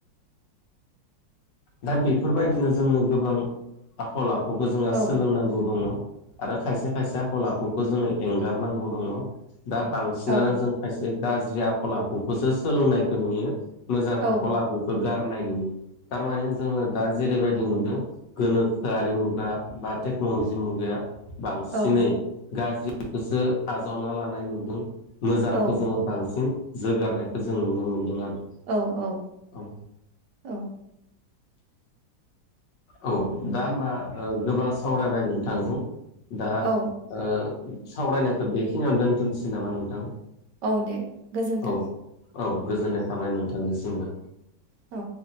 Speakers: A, on the left (about 70°); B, on the right (about 70°).
A: दा बेफोरबायदिनो जोङो गोबां आखल आखुखो जोंङो
B: औ
A: सोलोंनांगौ दङ। आरो खायसे खायसे आखल आखुखौ जोङो एंगारनांगौ दङ। दा बांसिनानो
B: औ
A: जों खायसे गाज्रि आखल आखुखोसो सोलोंनायखो नुयो। मोजां
B: औ
A: आख'ल आखुखो गारनायनि टारमाने जोङो दा जेरैबायद दि नुदों गोनोखोआरि मुगा बा टेक्न'लजि मुगाया बांसिनै
B: औ
A: गाज्रिखोसो आजावना लानाय नुदों मोजांख
B: औ
A: जोङो बांसिन जोगारनायखो जों नुनो मोनदों आरो
B: औ औ
A: औ
B: औ
A: औ दा होमबा ओ गोबां सावरायबाय नोंथांजों दा
B: औ
A: ओ ओ सावरायनायखो बेखिनियावनो दोनथ'नसै नामा नोंथां?
B: औ दे गोजोन्थों
A: औ औ गोजोननाय थाबाय नोंथांनिसिमबो।
B: अ